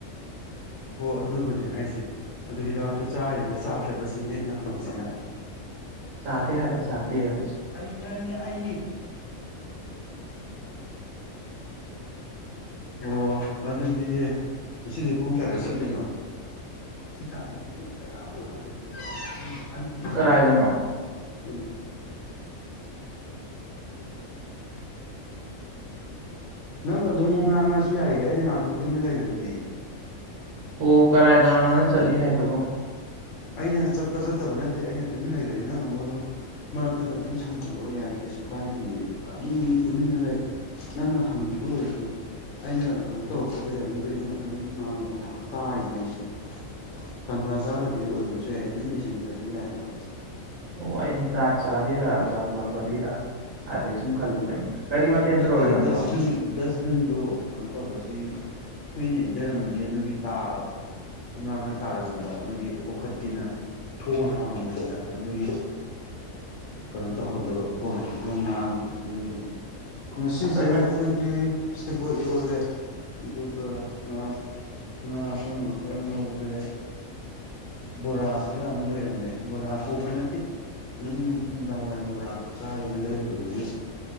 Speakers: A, on the left; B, on the right.
A: ꯍꯣ ꯑꯗꯨꯕꯨꯅꯦ ꯍꯥꯏꯁꯦ ꯑꯗꯨ ꯍꯤꯗꯥꯛꯇꯨ ꯆꯥꯔꯤꯕ꯭ꯔꯥ ꯆꯥꯗ꯭ꯔꯕꯁꯤꯅꯦ ꯑꯩꯅ ꯍꯪꯉꯤꯁꯤꯅ
B: ꯆꯥꯗꯦ ꯍꯥꯏꯕ ꯆꯥꯗꯦ ꯑ
A: ꯑꯩꯅꯦ ꯑꯩꯅꯦ ꯑꯩꯅꯤ ꯑꯣ ꯑꯗꯨꯗꯤ ꯉꯁꯤꯗꯤ ꯄꯨꯡ ꯀꯌꯥꯗ ꯆꯠꯂꯤꯅꯣ ꯁꯤ ꯇꯥꯕ ꯃꯤ ꯀꯅꯥꯝ ꯎꯔꯝꯃꯣꯏꯕꯀꯣ ꯑꯩꯅ
B: ꯀꯗꯥꯏꯗꯅꯣ
A: ꯎꯗꯝꯅꯤꯅ <unintelligible> ꯅꯪ ꯑꯗꯨꯝ ꯉꯥꯡꯉꯁꯨ ꯌꯥꯏꯌꯦ ꯑꯩꯅ ꯉꯥꯛꯇꯪ ꯇꯨꯃꯤꯟ ꯂꯩꯈ꯭ꯔꯗꯤ
B: ꯑꯣ ꯀꯔꯥꯏꯗꯅꯣ ꯅꯪꯅ ꯆꯠꯂꯤ ꯍꯥꯏꯗꯨꯕꯣ
A: ꯑꯩꯅ ꯆꯠꯄ ꯆꯠꯇꯕ ꯅꯠꯇꯦ ꯑꯩꯅ ꯇꯨꯃꯤꯟ ꯂꯩꯒꯗꯤ ꯅꯪ ꯑꯃꯨꯛ ꯑꯗꯨꯝ ꯃꯔꯛꯇꯨꯗ ꯑꯗꯨꯝ ꯁꯝꯖꯤꯜꯂꯛꯑꯣ ꯌꯥꯏ ꯀꯩꯁꯨ ꯀꯥꯏꯗꯤꯌꯦ ꯃꯤ ꯇꯨꯃꯤꯟꯅ ꯂꯩ ꯅꯪꯅ ꯍꯪꯒꯤꯕ ꯑꯣꯏꯔꯁꯨ ꯑꯩꯅ ꯀꯩꯅꯣ ꯇꯧꯔꯛꯇꯕ ꯇꯥꯏꯃꯤꯡ ꯑꯣꯏꯗꯤ ꯑꯗꯨꯝ ꯉꯥꯡꯉꯛꯑꯣ ꯑꯗꯨꯝ ꯇꯥꯔꯤꯅꯦ ꯑꯩꯁꯨ ꯇꯥꯟꯖꯥ ꯆꯥꯗꯕꯒꯤ ꯑꯣꯏꯔꯝꯕꯁꯨ ꯌꯥꯏ ꯇꯨꯃꯤꯟꯅ ꯂꯩꯁꯤꯟꯗ꯭ꯔꯁꯨ ꯌꯥꯏ ꯍꯥꯏꯕ
B: ꯑꯣ ꯑꯩꯗꯤ ꯆꯥꯛ ꯆꯥꯔꯤꯔ ꯆꯥꯒ ꯂ ꯈꯣꯜꯂꯤꯔ ꯍꯥꯏꯐꯦꯠ ꯁꯨꯝ ꯈꯜꯂꯨꯕꯅꯤꯗ ꯀꯔꯤ ꯃꯥꯊꯦꯜ
A: ꯅꯠꯇꯦꯗ
B: ꯇꯧꯔꯒꯦ ꯅꯪꯕꯣ
A: ꯗꯁꯕꯤꯟ ꯗꯁꯕꯤꯟꯗꯣ ꯀꯩꯅꯣ ꯇꯧꯕ ꯁꯤ ꯍꯨꯏꯅ ꯏꯟꯊꯔꯝꯃꯅꯤ ꯑꯗꯨꯒꯤ ꯇꯥꯕ ꯏꯃꯥꯡꯗ ꯇꯥꯔꯝꯃꯕ ꯑꯗꯨꯒꯤ ꯀꯣꯛꯈꯠꯀꯦꯅ ꯊꯣꯡ ꯍꯥꯡꯉꯨꯕꯅꯤꯗ ꯑꯗꯨꯒꯤ ꯀꯩꯅꯣ ꯇꯧꯍꯧꯗꯕ ꯐꯣꯟꯗ ꯅꯪ ꯉꯥꯡꯉꯤꯗꯣ ꯑꯗꯨꯒꯤ ꯉꯁꯤꯁꯦ
B: ꯍꯣꯏꯃꯠ
A: ꯑꯩꯈꯣꯏꯒꯤ ꯁꯦꯕꯣꯠ ꯏꯔꯣꯜꯂꯦ ꯑꯗꯨꯒ ꯉꯥ ꯉꯥ ꯑꯀꯪꯕ ꯈꯔ ꯉꯧꯔꯦ ꯕꯣꯔꯥ ꯈꯔ ꯑꯃ ꯂꯩꯔꯝꯃꯦ ꯕꯣꯔꯥ ꯍꯧꯕ ꯅꯠꯇꯦ ꯑꯗꯨꯝ ꯅꯨꯡꯗꯥꯡ ꯋꯥꯏꯔꯝ ꯕꯣꯔꯥ ꯆꯥꯒꯦꯅ ꯂꯩꯔꯨꯕꯗꯨꯒꯤ